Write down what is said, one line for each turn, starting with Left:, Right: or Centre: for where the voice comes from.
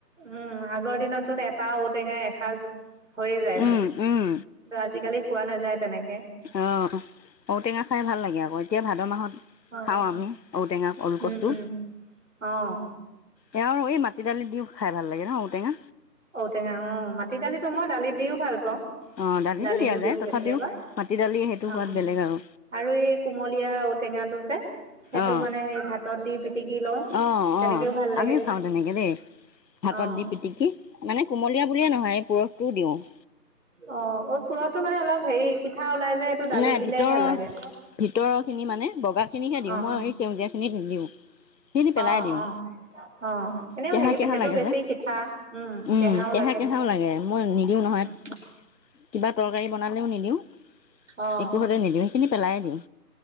Right: উম আগৰ দিনততোন এটা ঔটেঙা এসাঁজ হৈয়ে যায় মানে
Left: উম, উম,
Right: আজিকালি খোৱা নাযায় তেনেকে
Left: অ ঔটেঙা খাই ভাল লাগে আকৌ এতিয়া ভাদ মাহৰ
Right: অ',
Left: খাও আমি ঔটেঙা অলকচু,
Right: উম, উম। অ',
Left: এয়াৰ এই মাটি দালি দিও খাই ভাল লাগে ন ঔ তেঙা
Right: ঔটেঙা অ মাটি দালিতটো মই দালিত দিও ভাল পাওঁ
Left: অ',
Right: দালিতো
Left: দিয়া
Right: দিওঁ
Left: যায় তথাপিও
Right: কেতিয়াবা
Left: মাটি দালি সেইটো
Right: অ
Left: সোৱাদ বেলেগ আৰু
Right: আৰু এই কুমলীয়া ঔটেঙা টো যে সেইটো
Left: অ',
Right: মানে সেই ভাতত দি পিটিকি লওঁ।
Left: অ',
Right: তেনেকেও
Left: অ',
Right: ভাল লাগে।
Left: আমিও খাওঁ তেনেকে দেই হাতত
Right: অহ
Left: দি পিটিকি মানে কোমলীয়া বুলিয়ে নহয় পুৰঠটোও দিওঁ। অ'
Right: অ অ পুৰঠটো মানে অলপ হেৰি সিঠা ওলাই যে এইটো দালিত
Left: নাই
Right: দিলে
Left: ভিতৰৰ
Right: ভাল লাগে।
Left: ভিতৰৰ খিনি মানে বগা খিনিহে মই
Right: অ
Left: এই সেউজীয়া খিনি দিওঁ। সিনি পেলাই
Right: অ
Left: দিওঁ।
Right: অ অ এনেও
Left: কেঁহা-কেঁহা
Right: সেই সেইটো
Left: লাগে
Right: বেছি
Left: যে।
Right: সিঠা
Left: উম
Right: কেহাও
Left: কেঁহা-কেহাওঁ
Right: লাগে
Left: লাগে। মই নিদিওঁ নহয়
Right: উম
Left: কিবা তৰকাৰী বনালেও নিদিওঁ
Right: অ
Left: একো হতে নিদিওঁ সেইখিনি পেলাই দিওঁ।